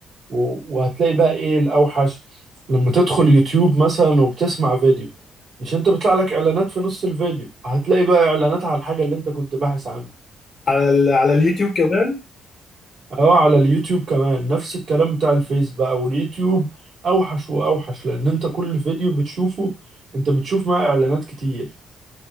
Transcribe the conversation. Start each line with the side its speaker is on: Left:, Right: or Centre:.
Right: و- وهتلاقي بقى ايه الاوحش لما تدخل يوتيوب مثلا وبتسمع فيديو مش انت بيطلع لك اعلانات في نص الفيديو هتلاقي بقى اعلانات على الحاجة اللي انت كنت باحث عنها
Left: على ال... على اليوتيوب كمان
Right: اه على اليوتيوب كمان نفس الكلام بتاع الفيس بقى واليوتيوب اوحش واوحش لان انت كل فيديو بتشوفه انت بتشوف معاه اعلانات كتير